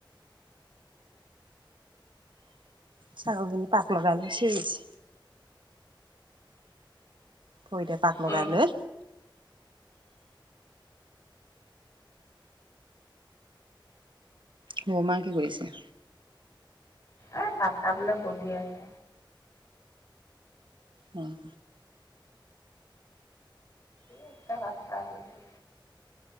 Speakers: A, on the right (about 70°); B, on the left (about 40°).
A: ছাগলজনী পাক লগাই লৈ <unintelligible> ভৰিতে পাক লগাই
B: উম।
A: লৈ। বৰমা কি কৰি আছে?
B: এ ভাত খাই পেলাই বহি আছে।
A: উম।
B: <unintelligible>